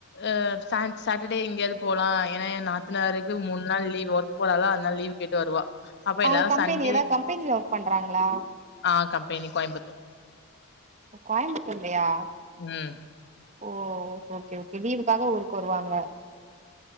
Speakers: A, on the left (about 50°); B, on the right (about 30°).
A: ஆ சாட் டர்டே எங்கயாது போலா ஏன்னா ஏ நாத்தனாருக்கு மூணு நாள் லீவ் ஒர்க் போறாளா அதனால லீவ் கேட்டு வருவா அப்ப
B: அவங்க
A: எல்லாரு
B: கம்பெனி
A: சண்டே
B: ஏதாவது கம்பெனில ஒர்க் பண்றாங்களா
A: ஆ கம் பெனி கோயம்புத்தூர்
B: ஓ கோயம்புத்தூர்லயா?
A: ம்.
B: ஓ ஓகே ஓகே லீவுக்காக ஊருக்கு வருவாங்க